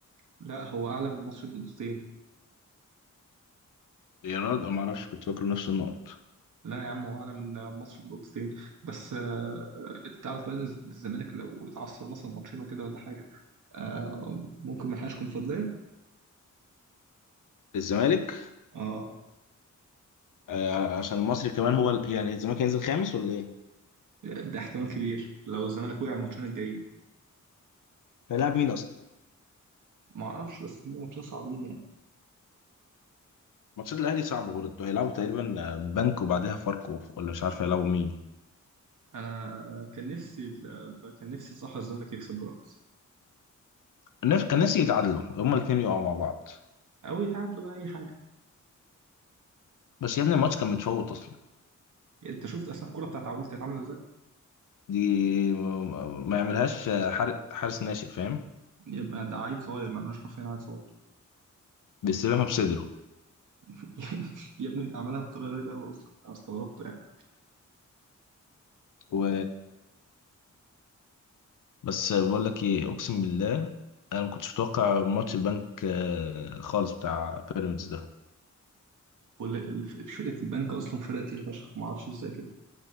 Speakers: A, on the right (about 75°); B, on the left (about 85°).
A: لا هو اعلى من مصر بنقطتين
B: يا راجل ما اعرفش كنت فاكره نفس النقط
A: لا يا عم هو اعلى من آه، مصر بنقطتين بس آه، انت تعرف بقى ان الز- الزمالك لو اتعثر مثلا ماتشين وكده ولا حاجه آه، ممكن ما يلحقش كونفدراليه
B: الزمالك
A: اه
B: آه عشان المصري كمان هو ال- يعني الزمالك هينزل خامس ولا ايه
A: ده احتمال كبير لو الزمالك وقع الماتشين الجايين
B: هيلعب مين اصلا
A: ما اعرفش بس هم ماتشين صعبين يعني
B: ماتشات الاهلي صعب برضه هيلعبوا تقريبا آه، بنك وبعدها فاركو ولا مش عارف هيلعبوا مين
A: انا كان نفسي ال- كان نفسي صح الزمالك يكسب بيراميدز
B: الناس كان ناسي يتعادلوا هما الاثنين يقعوا مع بعض
A: او يتعادلوا بقى اي حاجه
B: بس يا ابني الماتش كان متفوت اصلا
A: انت شفت اصلا الكوره بتاعت عواد كانت عامله ازاي
B: دي ما ما يعملهاش حارس حارس ناشئ فاهم
A: يبقى ده عيل صغير ما عملناش حرفيا عيل صغير
B: بيستلمها بصدره
A: <laughs> يا ابني ده عملها بطريقه غريبه قوي اصلا انا استغربت يعني
B: و بس بقول لك ايه اقسم بالله انا ما كنتش متوقع ماتش البنك آه، خالص بتاع بيراميدز ده
A: كل فرقه البنك اصلا فرقه تقيله فشخ ما اعرفش ازاي كده